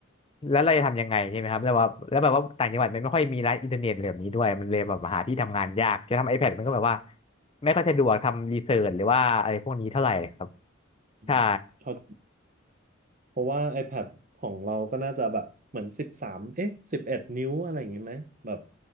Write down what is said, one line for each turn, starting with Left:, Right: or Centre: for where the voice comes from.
Left: แล้วเราจะทำยังไงใช่ไหมครับแล้วว่าแล้วแบบว่าต่างจังหวัดมันไม่ค่อยมีร้านอินเทอร์เน็ตเหล่านี้ด้วยมันเลยแบบหาที่ทำงานยากจะทำ iPad มันก็แบบว่าไม่ค่อยสะดวกทำรีเสิร์ชหรือว่าอะไรพวกนี้เท่าไหร่ครับ
Right: อืมเท่ากัน
Left: ใช่
Right: เพราะว่า iPad ของเราก็น่าจะแบบเหมือนสิบสามเอ๊ะสิบเอ็ดนิ้วอะไรอย่างงี้ไหมแบบ